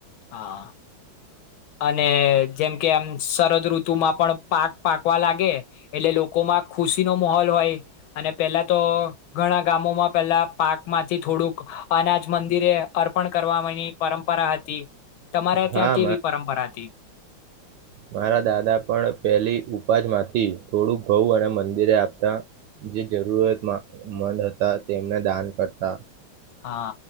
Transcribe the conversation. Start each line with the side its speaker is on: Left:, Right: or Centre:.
Left: હા અને જેમ કે આમ સરરદ ઋતુમાં પણ પાક પાકવા લાગે એટલે લોકોમાં ખુશીનો માહોલ હોય અને પેલા તો ઘણા ગામોમાં પેલા પાક માંથી થોડુંક અનાજ મંદિરે અર્પણ કરવાની પરંપરા હતી તમારે
Right: હા
Left: ત્યાં કેવી પરંપરા હતી
Right: મારા દાદા પણ પેલી અવાજ માંથી થોડુંક ઘઉ અને મંદિરે આપતા જે જરૂરત મંદ હતા તેમને દાન કરતા
Left: હા